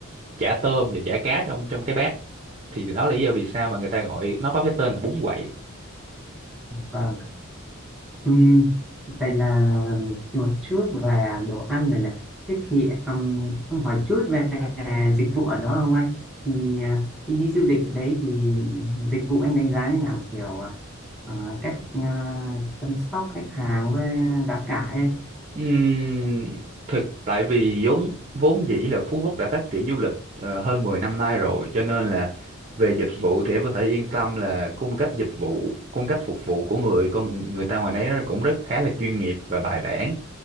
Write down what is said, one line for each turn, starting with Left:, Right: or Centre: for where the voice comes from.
Right: chả tôm và chả cá trong trong cái bát thì đó là lý do vì sao mà người ta gọi nó có cái tên là bún quậy
Centre: Vâng. Ừm, vậy là một chút về đồ ăn này này. Thế thì um, em hỏi chút về dịch vụ ở đó không anh? Thì à, khi đi du lịch ở đấy thì dịch vụ anh đánh giá như nào? Kiểu à, ờ, cách à, chăm sóc khách hàng với giá cả ấy.
Right: Ừm, thực tại vì vốn vốn dĩ là Phú Quốc đã phát triển du lịch ờ, hơn 10 năm nay rồi cho nên là về dịch vụ thì em có thể yên tâm là cung cách dịch vụ cung cách phục vụ của người con người ta ngoài đấy cũng rất khá là chuyên nghiệp và bài bản